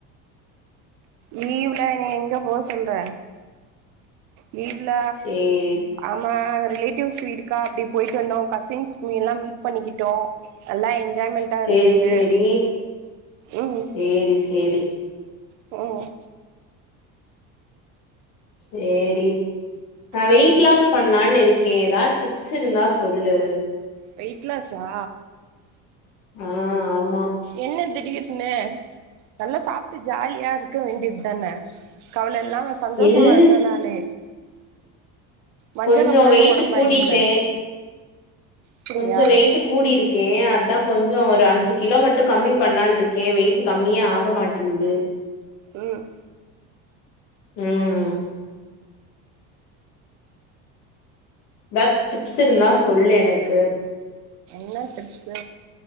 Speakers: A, on the right (about 60°); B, on the left (about 70°).
A: லீவ்ல என்ன எங்க போ சொல்ற லீவ்ல
B: சேரி
A: ஆமா ரிலேட்டிவ்ஸ் வீட்டுக்கா அப்டி போயிட்டு வந்தோ கசின்ஸ் எல்லா மீட் பண்ணிக்கிட்டோ நல்லா எஞ்ஜாய்மெண்ட்டா
B: சேரி
A: இருந்தது
B: சேரி
A: ம்
B: சேரி சேரி
A: ம்
B: சேரி நா வெயிட்
A: ம்
B: லாஸ் பணலான் இருக்கே எதா டிப்ஸ் இருந்தா சொல்லு
A: வெய்ட் லாஸா
B: ஆ ஆமா
A: என்ன திடீர்னு நல்லா சாப்பிட்டு ஜாலியா இருக்க வேண்டியத் தானே கவலை இல்லாம சந்தோஷமா
B: இல்
A: இருந்தனாலே வஞ்சகம்
B: கொஞ்சோ
A: இல்லாத
B: வெயிட்டு
A: ஒடம்பாயிரும்ல
B: கூடிட்டே
A: அப்டியா
B: கொஞ்ச வெயிட்டு கூடிருக்கே அதா கொஞ்சோ ஒரு அஞ்சு கிலோ மட்டும் கம்மி பண்ணலான் இருக்கே வெயிட் கம்மியா ஆக மாட்டேங்குது
A: ம்
B: உம் எதாத் டிப்ஸ் இருந்தா சொல்லு எனக்கு
A: ன்னா டிப்ஸ்ஸு